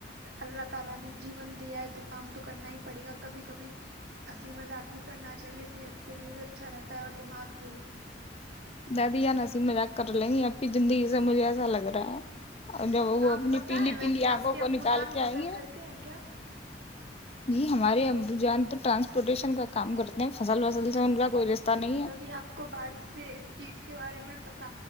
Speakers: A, on the right; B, on the left.
A: <inaudible> اللہ تعالی نے جیون دیا ہے تو کام تو کرنا ہی پڑے گا کبھی کبھی ہسی مذاق بھی کرنا چاہیے صحت کے لیے بھی اچھا رہتا اور دما <unintelligible>
B: دہ بھیی جانسی مزہ کر لیں گے آپنی زندگی سے مجھے ایسا لگ رہا ہے اور جب وہ
A: آپ
B: اپنی
A: بتائیں
B: پیلی
A: ویسے
B: پیلی آنکھوں
A: آپ کے
B: کو
A: ابو
B: نکال
A: جان
B: کے آئی
A: بسل کرتے ہیں کیا
B: جی ہمارے امبروجان تو ٹرانسپورٹیشن کا کام کرتے ہیں فصل وصل سے ان کا کوئی رشتہ نہیں ہے
A: کبھی آپ کو بارش سے اس چیز کے بارے میں پت